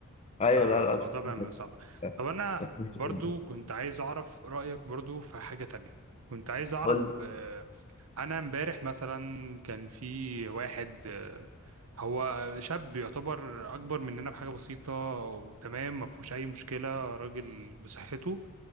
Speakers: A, on the left; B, on the right.
A: ايوه
B: فالموضوع
A: لا لا بصراحة
B: فعلا بيبقى
A: كانت-
B: صعب طب أنا
A: كانت وحشة
B: برضو
A: جداً.
B: كنت عايز أعرف رأيك برضو في حاجة تانية كنت عايز أعرف
A: قول لي.
B: آه، أنا امبارح مثلا كان في واحد آه، هو شاب يعتبر أكبر مننا بحاجة بسيطة وتمام ما فيهوش أي مشكلة راجل بصحته